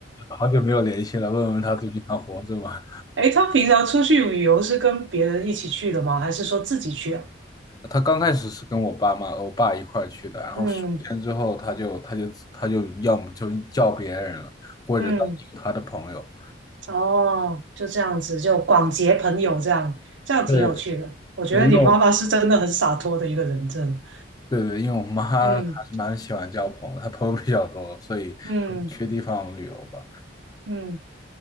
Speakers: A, on the left; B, on the right.
A: 好久没有联系了，问问他最近还活着吗？
B: 诶，他平常出去旅游是跟别人一起去的吗？还是说自己去啊？
A: 他刚开始是跟我爸妈、我爸一块儿去的，然后十天之后他就他就他就要么就叫别人了，
B: 嗯
A: 或者当地有他的朋友。
B: 嗯，哦，就这样子，就广结朋友，这样这样挺有趣的。
A: 对
B: 我觉得你妈妈是真的很洒脱的一个人，
A: 对，因为我
B: 真的。
A: 对对，因为我妈还是蛮喜欢交朋友，
B: 嗯
A: 她朋友比较多，所以
B: 嗯
A: 去地方旅游吧。
B: 嗯。